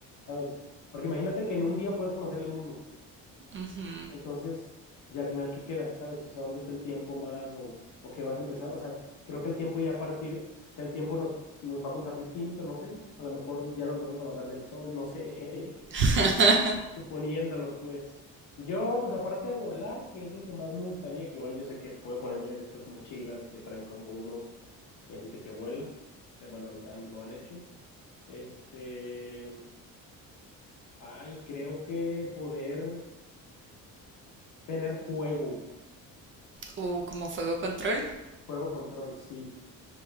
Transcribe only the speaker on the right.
Ujú.
<laughs>
Uh, como fuego control.